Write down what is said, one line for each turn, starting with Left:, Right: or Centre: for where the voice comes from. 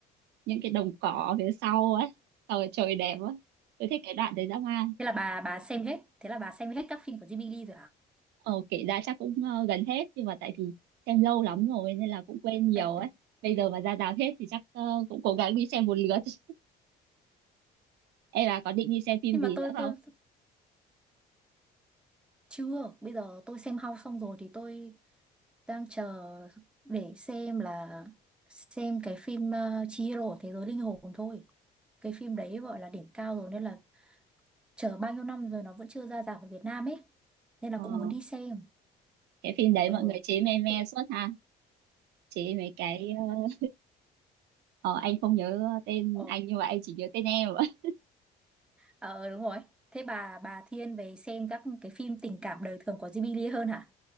Right: những cái đồng cỏ phía sau ấy, xong rồi trời đẹp á. Tôi thích cái đoạn đấy dã man.
Centre: thế là bà bà xem hết thế là bà xem hết các phim của Jimmy Lee rồi hả
Right: Ờ, kể ra chắc cũng ờ, gần hết nhưng mà tại vì xem lâu lắm rồi nên là cũng quên nhiều
Centre: <laughs>
Right: ấy. Bây giờ mà ra rạp hết thì chắc ờ, cũng cố gắng đi xem một lượt. <laughs> Em bà có định đi xem phim
Centre: nhưng
Right: gì
Centre: mà tôi
Right: nữa
Centre: tôi
Right: không?
Centre: chưa bây giờ tôi xem House xong rồi thì tôi đang chờ để xem là xem cái phim uh, Chihiro thế giới linh hồn thôi cái phim đấy gọi là đỉnh cao rồi nên là chờ bao nhiêu năm rồi nó vẫn chưa ra rạp ở Việt Nam ấy nên là
Right: Ờ,
Centre: cũng muốn đi xem
Right: cái phim đấy
Centre: ờ
Right: mọi người chế me me
Centre: thế,
Right: suốt ha. Chế mấy cái ờ, ờ, anh không nhớ tên
Centre: ờ,
Right: anh nhưng mà anh chỉ nhớ tên em. <laughs>
Centre: ờ đúng rồi thế bà bà thiên về xem các cái phim tình cảm đời thường của Jimmy Lee hơn hả